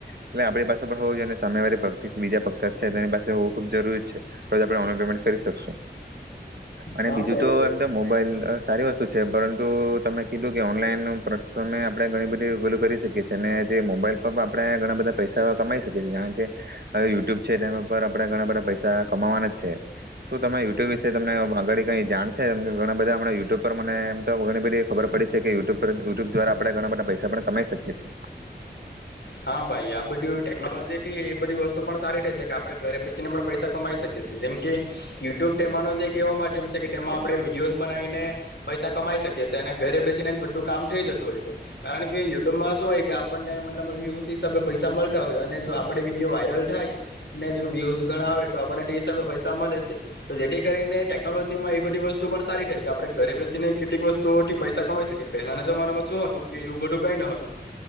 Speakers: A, on the right; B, on the left.
A: એટલે આપણી પાસે પણ હોવ જોઈએ સામેવાલી <unintelligible> બીજા પક્ષકાર છે તેની પાસે હોવું ખૂબ જરૂરી છે તો જ આપણે ઓનલાઈન પેમેન્ટ કરી શકશું. અને
B: હા
A: બીજું
B: ભાઈ
A: તો એમ તો મોબાઈલ અહ સારી વસ્તુ છે પરંતુ તમે કીધું કે ઓનલાઈનનું પ્રટફોર્મે આપણે ઘણી બધી <unintelligible> કરી શકીએ છીએ અને જે મોબાઈલ પર પણ આપણે ઘણા બધા પૈસા કમાઈ શકીએ છીએ જાણે કે હવે યુટ્યુબ છે, ત્યાં ઉપર આપણે ઘણા બધા પૈસા કમાવાના જ છે, શું તમે યુટ્યુબ વિશે તમને અગળ કઈ જાણશે ઘણા બધા યુટ્યુબ પર મને એમ તો ઘણી બધી ખબર પડી છે, કે <unintelligible> પર યુટ્યુબ દ્વારા આપણે ઘણા બધા પૈસા પણ કમાઈ શકીએ છીએ.
B: હા ભાઈ આ <unintelligible> ટેકનોલોજી થી એ બધી વસ્તુ પણ સારી થઈ શકે. કે આપણે ઘરે બેસીને પણ પૈસા કમાઈ શકીએ. જેમ કે યુટ્યુબ તે માનવ છે કે એવો માધ્યમ છે કે તેમાં આપણે વિડીયોસ બનાવીને પૈસા કમાઈ શકીએ અને ઘરે બેસીને જ બધું કામ થઈ જતું હોય છે કારણ કે યુટ્યુબમાં શું હોય કે આપણનેમને એનામાં વ્યુઝ હિસાબે પૈસા મળતા હોય અને જો આપડ વિડીયો વાયરલ થાયને જો વ્યુઝ ગણા આવે તો આપણને તે હિસાબે પૈસા મળે છે તો જેથી કરીને ટેકનોલોજીમાં એ બધી વસ્તુ પણ સારી થાય કે આપ ઘરે બેસીને કેટલીક વસ્તુ ઓથી પૈસા કમાઈ શકી પેલાના જમાનામાં શું હતું કે એવું બધું કઈ ન હતું